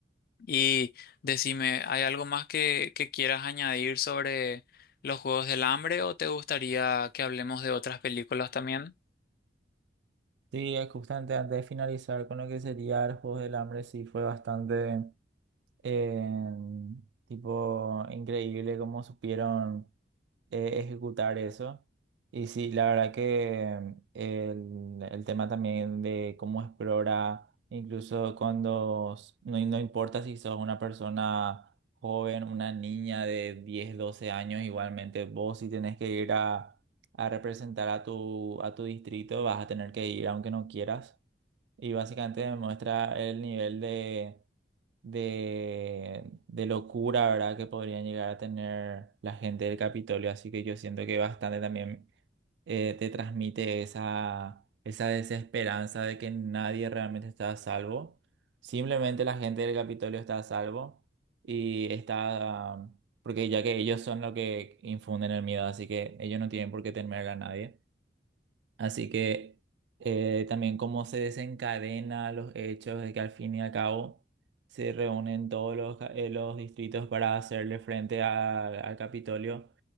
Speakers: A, on the left; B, on the right.
A: Y decime, ¿hay algo más que, que quieras añadir sobre los Juegos del Hambre o te gustaría que hablemos de otras películas también?
B: Sí, eh, justamente antes de finalizar con lo que sería el Juego del Hambre, sí fue bastante eh, tipo increíble cómo supieron eh, ejecutar eso. Y sí, la verdad que eh, el, el tema también de cómo explora, incluso cuando s- no, no importa si sos una persona joven, una niña de 10 12 años, igualmente vos si tenés que ir a, a representar a tu, a tu distrito, vas a tener que ir aunque no quieras y básicamente me muestra el nivel de, de, de locura, ¿verdad? que podrían llegar a tener la gente del Capitolio. Así que yo siento que bastante también eh, te transmite esa, esa desesperanza de que nadie realmente está a salvo. Simplemente la gente del Capitolio está a salvo y está, porque ya que ellos son los que infunden el miedo, así que ellos no tienen por qué temer a nadie. Así que eh, también cómo se desencadena los hechos de que al fin y al cabo se reúnen todos los, ca- eh, los distritos para hacerle frente al al Capitolio,